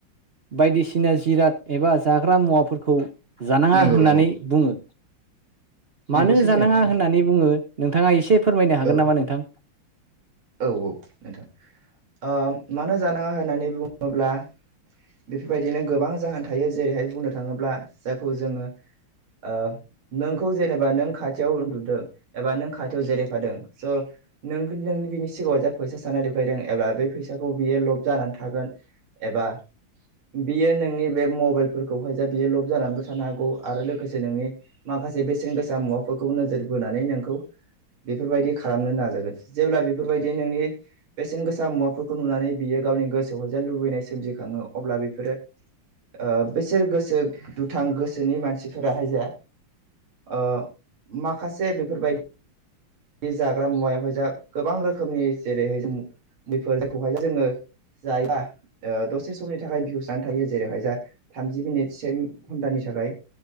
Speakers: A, on the right (about 50°); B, on the right (about 70°).
A: बायदिसिना जिराद एबा जाग्रा मुवाफोरखौ जानाङा
B: नंगौ
A: होननानै
B: नंगौ
A: बुङो। मानो
B: नोंगौ सैथो
A: जानाङा
B: नोंथां
A: होननानै बुङो नोंथाङा एसे फोरमायनो हागोन
B: औ
A: नामा नोंथां?
B: औ औ नोंथां ओ मानो जानाङा होननानै बुङोब्ला बेफोरबायदिनो गोबां जाहोन थायो जेरैहाय बुंनो थाङोब्ला जायखौ जोङो ओ नोंखौ जेनेबा नों खाथियाव उन्दुदों एबा नों खाथियाव जेरायफादों स' नों नोंनि बेनि सिगाङाव जा फैसा साना देखायदों एब्ला बे फैसाखौ बियो लब जानानै थागोन एबा बियो नोंनि बे मबाइलफोरखौहाय जा बियो लब जानानैबो थानो हागौ आरो लोगोसे नोंनि माख माखासे बेसेन गोसा मुवाफोरखौ नोजोर बोनानै नोंखौ बेफोरबायदि खालामनो नाजागोन जेब्ला बे बेफोरबायदि नोंनि बेसेन गोसा मुवाफोरखौ नुनानै बियो गावनि गोसोआव जा लुबैनाय सोमजिखाङो अब्ला बिफोरो ओ बिसोर गोसो दुथां गोसोनि मानसिफोराहाय जा ओ माखासे बेफोरबायदि बे जाग्रा मुवायावहाय जा गोबां रोखोमनि जेरैहाय <unintelligible> खौहाय जोङो <unintelligible> ओ दसे समनि थाखाय भिउस जानानै थायो जेरैहाय जा थामजि मिनिट से घन्टानि थाखाय